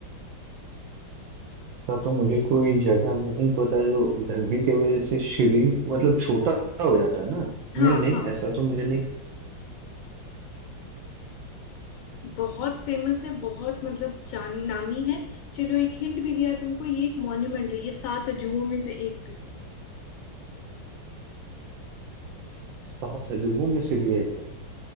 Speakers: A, on the right (about 75°); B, on the left (about 80°).
A: ऐसा तो मुझे कोई जगह नहीं पता जो गर्मी की वजह से श्रिंक मतलब छोटा हो जाता है ना
B: हाँ
A: नहीं नहीं
B: हाँ
A: ऐसा तो मुझे नहीं
B: बहुत फेमस है बहुत मतलब जान नामी है चलो एक हिंट भी दिया तुमको ये एक मॉन्यूमेंट है ये सात अजूबों में से एक भी है
A: सात अजूबों में से भी एक है